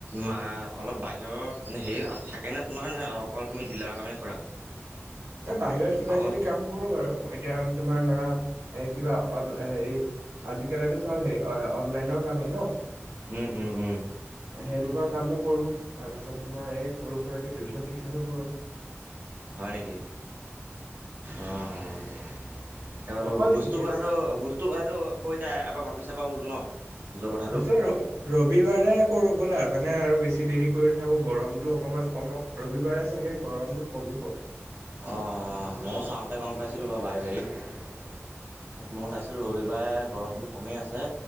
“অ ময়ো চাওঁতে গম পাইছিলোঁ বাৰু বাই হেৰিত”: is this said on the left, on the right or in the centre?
Right